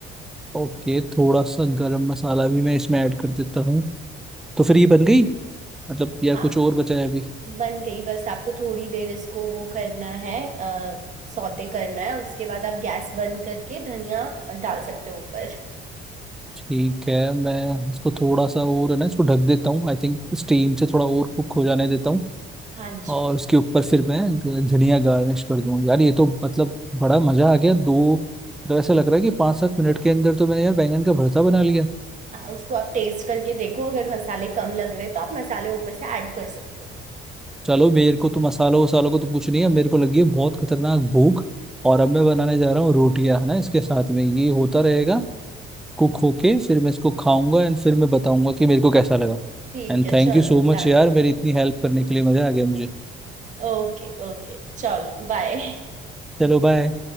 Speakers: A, in the centre; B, on the right (about 40°).
A: ओके थोड़ा सा गरम मसाला भी मैं इसमें ऐड कर देता हूँ तो फिर ये बन गई मतलब या
B: हाँ
A: कुछ और बचा है अभी
B: बन गई बस आपको थोड़ी देर इसको वो करना है आ, सौते करना है उसके बाद आप गैस बंद करके धनिया डाल सकते हो ऊपर
A: ठीक है मैं इसको थोड़ा सा और है ना इसको ढक देता हूँ आई थिंक स्टीम से थोड़ा और कुक हो जाने देता हूँ
B: हाँ जी
A: और उसके ऊपर फिर मैं ग- धनिया गार्निश कर दूंगा यार ये तो मतलब बड़ा मजा आ गया दो मतलब ऐसा लग रहा है कि पाँच सात मिनट के अंदर तो मैंने यार बैंगन का भरता बना लिया
B: आ, उसको आप टेस्ट करके देखो अगर मसाले कम लग रहे तो आप मसाले ऊपर से ऐड कर सकते हो
A: चलो मेरे को तो मसालों वसालों को तो कुछ नहीं है मेरे को लगी है बहुत खतरनाक भूख और अब मैं बनाने जा रहा हूँ रोटियां है ना इसके साथ में ये होता रहेगा कुक होके फिर मैं इसको खाऊंगा एंड फिर मैं बताऊंगा कि मेरे को कैसा लगा
B: ठीक
A: And
B: है
A: thank
B: चलो
A: you so much
B: डन
A: यार मेरी इतनी हेल्प करने के लिए मजा आ गया मुझे
B: ओके ओके चलो बाय
A: चलो बाय